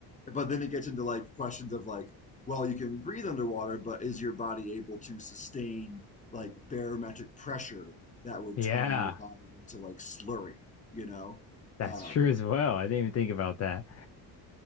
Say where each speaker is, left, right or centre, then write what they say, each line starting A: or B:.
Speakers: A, on the left; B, on the left.
A: but then it gets into like questions of like, well, you can breathe underwater, but is your body able to sustain like barometric pressure that would
B: Yeah,
A: turn your body into like slurry, you know?
B: that's
A: Um
B: true as well. I didn't even think about that.